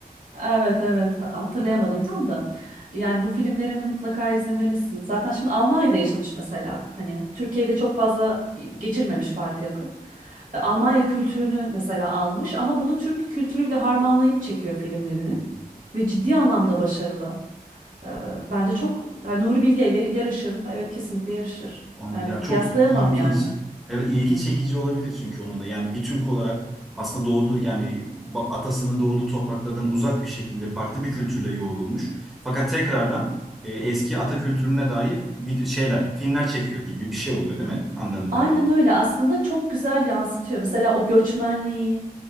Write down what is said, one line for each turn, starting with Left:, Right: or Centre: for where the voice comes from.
Right: evet evet hatırlayamadım tam da. Yani bu filmlerini mutlaka izlemelisin. Zaten şimdi Almanya'da yaşamış mesela. Hani Türkiye'de çok fazla geçirmemiş Fatih Akın. E, Almanya kültürünü mesela almış ama bunu Türk kültürüyle harmanlayıp çekiyor filmlerini.
Centre: <laughs>
Right: ve ciddi anlamda başarılı. Ee, bence çok yani Nuri Bilge ile yarışır mı? Evet kesinlikle yarışır.
Centre: Anladım.
Right: Yani
Centre: Ya çok
Right: kıyaslayamam
Centre: i- ilginç.
Right: yani.
Centre: Evet ilgi çekici olabilir çünkü onun da. Yani bir Türk olarak aslında doğduğu yani ba- atasının doğduğu topraklardan uzak bir şekilde farklı bir kültürle yoğrulmuş. Fakat tekrardan e, eski ata kültürüne dair video şeyler, filmler çekiyor gibi bir şey oluyor değil mi? Anladığım kadarıyla.
Right: Aynen öyle aslında çok güzel yansıtıyor. Mesela o göçmenliği